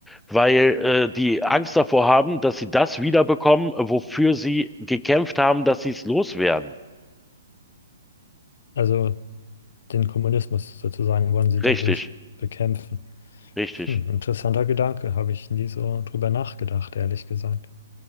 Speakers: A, in the centre; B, on the left.
A: weil äh, die Angst davor haben, dass sie das wiederbekommen, wofür sie gekämpft haben, dass sie es loswerden.
B: also den Kommunismus sozusagen wollen sie dadurch
A: Richtig,
B: bekämpfen.
A: richtig.
B: Hm, interessanter Gedanke, habe ich nie so drüber nachgedacht, ehrlich gesagt.